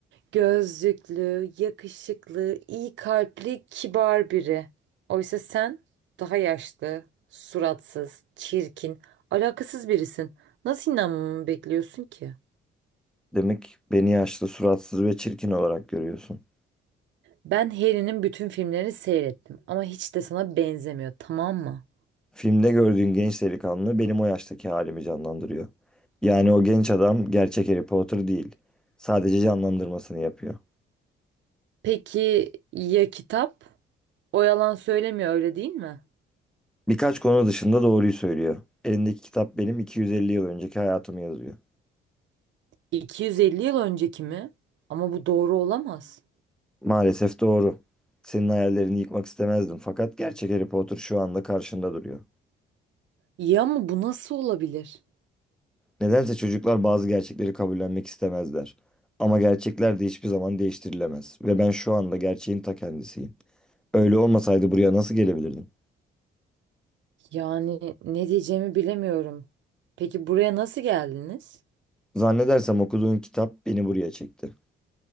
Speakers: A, on the right (about 70°); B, in the centre.
A: Gözlüklü, yakışıklı, iyi kalpli, kibar biri. Oysa sen daha yaşlı, suratsız, çirkin, alakasız birisin. Nasıl inanmamı bekliyorsun ki?
B: Demek beni yaşlı, suratsız ve çirkin olarak görüyorsun.
A: Ben Harry'nin bütün filmlerini seyrettim ama hiç de sana benzemiyor, tamam mı?
B: Filmde gördüğün genç delikanlı benim o yaştaki halimi canlandırıyor. Yani o genç adam gerçek Harry Potter değil. Sadece canlandırmasını yapıyor.
A: Peki ya kitap? O yalan söylemiyor öyle değil mi?
B: Birkaç konu dışında doğruyu söylüyor. Elindeki kitap benim 250 yıl önceki hayatımı yazıyor.
A: 250 yıl önceki mi? Ama bu doğru olamaz.
B: Maalesef doğru. Senin hayallerini yıkmak istemezdim fakat gerçek Harry Potter şu anda karşında duruyor.
A: Ya ama bu nasıl olabilir?
B: Nedense çocuklar bazı gerçekleri kabullenmek istemezler. Ama gerçekler de hiçbir zaman değiştirilemez ve ben şu anda gerçeğin ta kendisiyim. Öyle olmasaydı buraya nasıl gelebilirdim?
A: Yani ne diyeceğimi bilemiyorum. Peki buraya nasıl geldiniz?
B: Zannedersem okuduğun kitap beni buraya çekti.